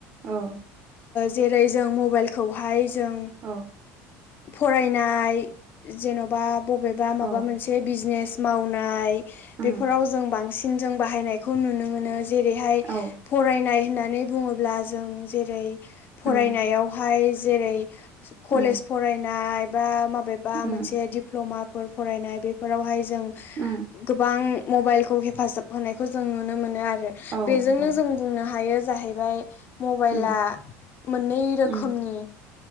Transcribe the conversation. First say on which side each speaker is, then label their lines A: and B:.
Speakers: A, on the right (about 30°); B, on the left (about 30°).
A: औ
B: जेरै जों मबाइलखौहाय जों
A: औ
B: फरायनाय जेन'बा बबेबा माबा
A: औ
B: मोनसे बिजनेस मावनाय
A: उम
B: बेफोराव जों बांसिन जों बाहायनायखौ नुनो मोनो जेरैहाय
A: औ
B: फरायनाय होननानै बुङोब्ला जों जेरै फरायनायावहाय
A: उम
B: जेरै कलेज
A: उम
B: फरायनाय बा माबा बा
A: उम
B: मोनसे दिप्ल'माफोर फरायनाय बेफोरावहाय जों
A: उम
B: गोबां मबाइलखौ हेफाजाब होनायखौ जों नुनो मोनो आरो
A: औ
B: बेजोंनो
A: औ
B: जों बुंनो हायो जाहैबाय मबाइला
A: उम
B: मोननै रोखोमनि
A: उम